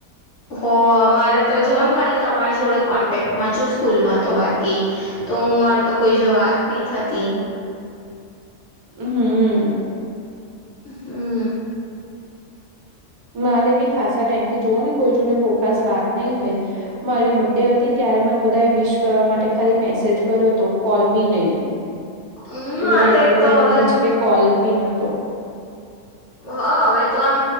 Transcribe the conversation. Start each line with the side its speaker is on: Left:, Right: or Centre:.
Left: હઅઅ હ અમારે તો જોઓ ને ખાલી તમારી જોડે કોન્ટેક્ટમાં છું સ્કૂલમાં તો બાકી તો હું મારે તો કોઈ જાડે વાત નહીં થતી
Right: હમમ
Left: હમમ
Right: મારે બી ખાસા ટાઈમ થી જોઓ ને કોઈ જોડે બહુ ખાસ વાત નહી થઈ. મારી બર્ડે હતી ત્યારે મને બધાએ વિષ કરવા માટે ખાલી મેસેજ કર્યો હતો કોલ બી નહી
Left: હમમ
Right: કે
Left: આ
Right: બધા
Left: તો
Right: એટલા
Left: એક તો
Right: બધા
Left: હવે
Right: બિઝી છે કે કોલ બી નતો
Left: હહ હવે તો આમ